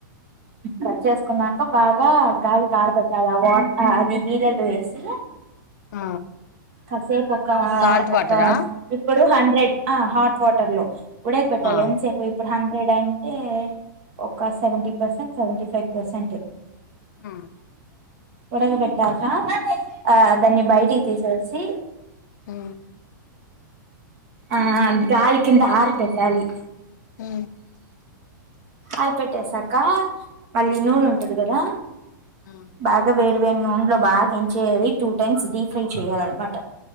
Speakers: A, on the right (about 45°); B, on the left (about 60°).
A: కట్ చేసుకున్నా బాగా గాలి కార్ ట్ట వా అది నీళ్లల్లో వేసి
B: ఆ
A: కాసేపు ఒక
B: సాల్ట్ వాటరా
A: కాఫ్ ఇప్పు ఇప్పుడు హండ్రెడ్ ఆ హాట్ వాటర్ లో ఉడక పెట్టాలి
B: ఆ
A: ఎం సే ఇప్పుడు హండ్రెడ్ అంటే ఒక seventy percent seventy five percent
B: ఆ
A: ఉడక పెట్టాక ఆ దాన్ని బయటి తీసేసి
B: ఆ
A: ఆ గాలి కింద ఆర పెట్టాలి.
B: మ్
A: అరపెట్టేసాక మళ్ళీ నూనె ఉంటది కదా
B: ఆ
A: బాగా వే నూనె లో బాగా ఎంచెయాలి టూ టైమ్స్ డీప్ ఫ్రై చెయ్యాలి అనమాట